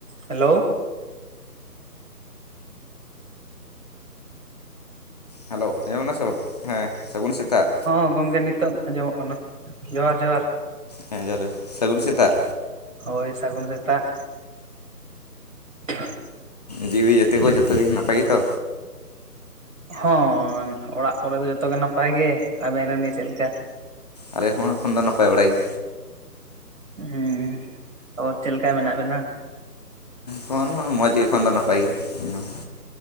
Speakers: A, on the right; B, on the left.
A: Hello
B: hello ᱟᱧᱡᱚᱢ ᱱᱟ ᱥᱮ ᱵᱟᱝ ᱦᱮᱸ ᱥᱟᱹᱜᱩᱱ ᱥᱮᱛᱟᱜ
A: ᱦᱚᱸ ᱜᱚᱝᱠᱮ ᱱᱤᱛᱚᱜ ᱟᱸᱡᱚᱢᱚᱜ ᱠᱟᱱᱟ ᱡᱚᱦᱟᱨ ᱡᱚᱦᱟᱨ
B: ᱦᱮᱸ ᱡᱚᱸᱦᱟᱨ ᱜᱮ ᱥᱟᱜᱩᱱ ᱥᱮᱛᱟᱜ
A: ᱦᱳᱭ ᱥᱟᱹᱜᱩᱱ ᱥᱮᱛᱟᱜ <unintelligible>
B: ᱡᱤᱣᱤ ᱡᱛᱤ ᱠᱚ ᱡᱚᱛᱚ ᱜᱮ ᱱᱟᱯᱟᱭ ᱜᱮᱛᱚ
A: ᱦᱮ ᱚᱲᱟᱜ ᱠᱚᱨᱮ ᱫᱚ ᱡᱚᱛᱚ ᱜᱮ ᱱᱟᱯᱟᱭ ᱜᱮ ᱟᱵᱮᱱ ᱨᱮᱱ ᱜᱮ ᱪᱮᱫᱞᱮᱠᱟ
B: ᱟᱞᱮ ᱦᱚᱸ ᱮᱠᱷᱚᱱ ᱫᱚ ᱱᱟᱯᱟᱭ ᱵᱟᱲᱟ ᱜᱮ
A: ᱦᱮᱸ <unintelligible> ᱟᱨ ᱪᱮᱫ ᱞᱮᱠᱟ ᱢᱮᱱᱟᱜ ᱵᱮᱱᱟ?
B: ᱦᱮᱸ <unintelligible> ᱢᱚᱡᱽ ᱜᱮ ᱮᱠᱷᱚᱱ ᱫᱚ ᱱᱟᱯᱟᱭ ᱜᱮ <unintelligible> ᱼᱼ